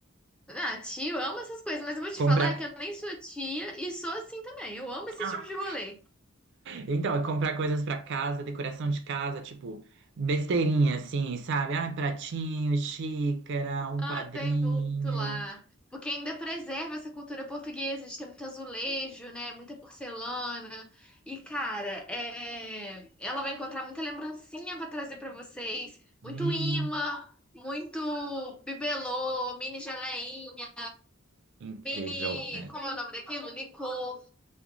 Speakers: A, in the centre; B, on the right.
A: Ah, tio, eu amo essas coisas, mas eu vou te
B: Comprar.
A: falar que eu nem sou tia e sou assim também. Eu amo esse
B: Ah!
A: tipo de rolê.
B: <laughs> Então, é comprar coisas pra casa, decoração de casa, tipo, besteirinha assim, sabe? ah pratinho, xícara, um
A: Ah,
B: quadrinho.
A: tem muito lá. Porque ainda preserva essa cultura portuguesa de ter muito azulejo, né? Muita porcelana. E, cara, é... ela vai encontrar muita lembrancinha pra trazer pra vocês. Muito
B: Hum,
A: imã, muito bibelô, mini geleinha,
B: incrível.
A: mini. Como é o nome daquilo? Licor.